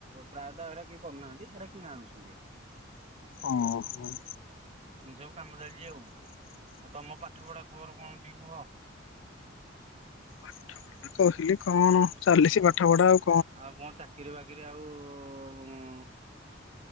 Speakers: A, on the right; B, on the left.
A: ପ୍ରାୟତଃ ଏରା କିଏ କରୁନାହାନ୍ତି ଏରା କିଣା ଆଣୁସନ୍ତି।
B: ଓହୋ।
A: ଏମିତି ସବୁ କାମ ଚାଲିଚି ଆଉ ଆଉ ତମ ପାଠ ପଢା ଖବର କଣ ଟିକେ କୁହ?
B: ପାଠ ପଢା ଟା କହିଲି କଣ ଚାଲିଛି ପାଠ ପଢା ଆଉ
A: ଆଉ କଣ ଚାକିରି ବାକିରି ଆଉ ଉଁ